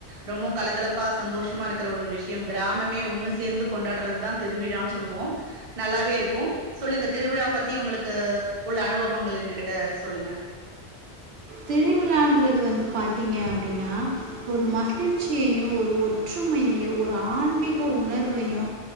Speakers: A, on the right; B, on the right.
A: ரொம்மு கலக்கலப்பா சந்தோஷமா இருக்குற ஒரு விஷ்யம் கிராமமே ஒண்ணு சேந்து கொண்டாறதுதா திருவிழான் சொல்வோ நல்லாவே இருக்கு சொல்லுங்க திருவிழா பத்தி உங்களுக்கு உள்ள அனுபவங்கள் என்னு கிட்ட சொல்லுங்க
B: திருவிழான்றது வந்து பாத்தீங்க அப்டினா ஒரு மகிழ்ச் சியயு ஒரு ஒற்றுமையையு ஒரு ஆன்மீக உணர்வையு